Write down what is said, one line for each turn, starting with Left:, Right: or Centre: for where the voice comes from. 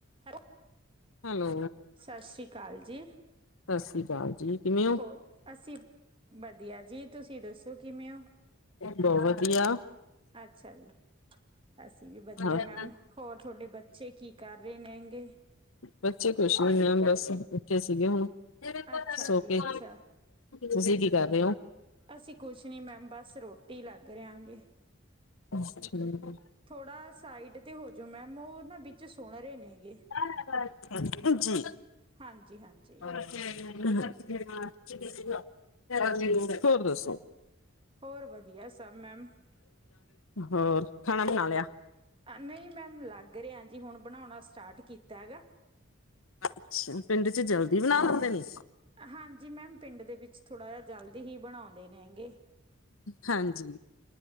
Right: Hello,
Left: hello
Right: ਸਾਸ਼੍ਰੀ ਕਾਲ ਜੀ।
Left: ਸਾਸ਼੍ਰੀ ਕਾਲ ਜੀ, ਕਿਵੇਂ ਓ?
Right: ਹੋਰ ਅਸੀਂ ਵਧੀਆ ਜੀ ਤੁਸੀਂ ਦੱਸੋ ਕਿਵੇਂ ਹੋ
Left: ਬੋ‌ ਵਦੀਆ।
Right: ਅੱਛਾ ਜੀ, ਅਸੀ ਵੀ ਵਦੀਆ
Left: ਹਾਂ
Right: ਮੈਮ। ਹੋਰ ਤੋਡੇ ਬੱਚੇ ਕੀ ਕਾੱਰ ਰੇ ਨੇ ਨੇਂਗੇ
Left: ਬੱਚੇ ਕੋਸ਼ ਨੀ ਮੈਮ ਬਾੱਸ ਉਠੇ ਸੀਗੇ ਹੁਨ,
Right: ਅੱਛਾ
Left: ਸੋਕੇ
Right: ਜੀ ਅੱਛਾ
Left: ਤੁਸੀ ਕੀ ਕਾੱਰ ਰੇ ਓਂ।
Right: ਅਸੀ ਕੋਛ ਨੀ ਮੈਮ ਬਾੱਸ ਰੋਟੀ ਲਾੱਗ ਰਯਾਂਗੇ
Left: ਅੱਛਾ ਜੀ।
Right: ਥੋੜਾ ਸਾਈਡ ਤੇ ਹੋਜੋ ਮੈਮ ਓਹ ਨਾ ਬਿੱਚ ਸੋਣ ਰੇ ਨੇਗੇ।
Left: <unintelligible> ਜੀ।
Right: ਹਾਂਜੀ, ਹਾਂਜੀ।
Left: <unintelligible> ਹੋਰ ਦੱਸੋ।
Right: ਹੋਰ ਵਦੀਆ ਸਭ ਮੈਮ
Left: ਹੋਰ, ਖਾਣਾ ਬਣਾ ਲੇਆ।
Right: ਨਈ ਮੈਮ ਲਾੱਗ ਰੇਆ ਜੀ ਹੁਣ ਬਣੋਣਾ ਸਟਾਟ ਕੀਤਾ ਹੈਗਾ।
Left: ਅੱਛਾ, ਪਿੰਡ ਚ ਜਲਦੀ ਬਣਾ ਲੇਂਦੇ ਨੇ।
Right: ਹਾਂਜੀ ਮੈਮ, ਪਿੰਡ ਦੇ ਵਿੱਚ ਥੋੜਾ ਜਾ ਜਲਦੀ ਹੀ ਬਣੋਦੇ ਨੇ ਗੇ।
Left: ਹਾਂਜੀ।